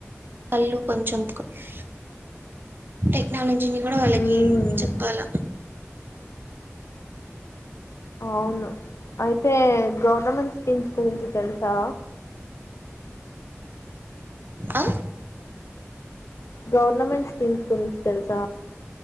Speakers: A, on the right; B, on the left.
A: వాళ్ళు కొంచెం <unintelligible> టెక్నాలజీ దీన్ని కూడా వాళ్ళకి
B: ఉమ్
A: చెప్పాలా
B: అవును అయితే గవర్నమెంట్ స్కీమ్స్ గురించి తెలుసా
A: అ
B: గవర్నమెంట్ స్కీమ్స్ గురించి తెలుసా